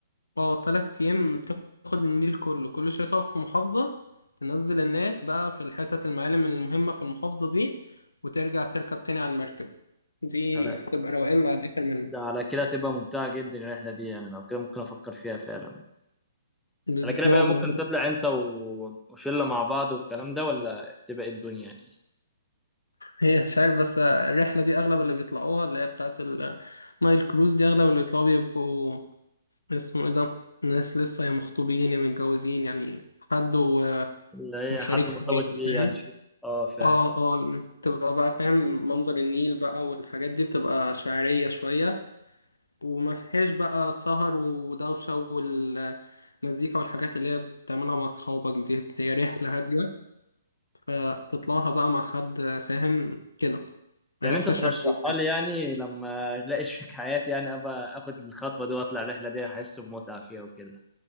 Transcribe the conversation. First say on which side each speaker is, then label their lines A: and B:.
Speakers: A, on the left; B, in the centre.
A: اه تلات أيام تاخد النيل كله كل شوية تقف في محافظة تنزل الناس بقى في الحتت المعالم المهمة في المحافظة دي وترجع تركب تاني على المركب دي
B: ده
A: هتبقى روقان على الآخر منه
B: ده على كده تبقى ممتعه جدا الرحله دي يعني لو كده ممكن افكر فيها فعلا
A: بز-
B: على كده
A: ما
B: بقى
A: هو
B: ممكن
A: بالظبط
B: تطلع انت و- وشله مع بعض والكلام ده ولا بتبقى إيه الدنيا يعني
A: هي مش عارف بس الرحلة دي أغلب اللي بيطلعوها اللي هي بتاعة النايل كروز دي أغلب اللي بيطلعوا بيبقوا اسمه إيه ده ناس لسه يا مخطوبين يا متجوزين يعني حد و-
B: اللي هي
A: وشريك
B: حد مرتبط
A: حياته
B: بيه
A: فاهم
B: يعني شو اه فعلا
A: اه اه تبقى بقى فاهم منظر النيل بقى والحاجات دي بتبقى شعرية شوية وما فيهاش بقى سهر ودوشة والمزيكا والحاجات اللي هي بتعملها مع أصحابك دي هي رحلة هادية فتطلعها بقى مع حد فاهم كده
B: يعني
A: رحلة
B: انت ترشحها
A: شعبية
B: لي يعني لما <laughs> الاقي شريك حياتي يعني ابقى اخد الخطوه دي واطلع الرحله دي احس بمتعه فيها وكده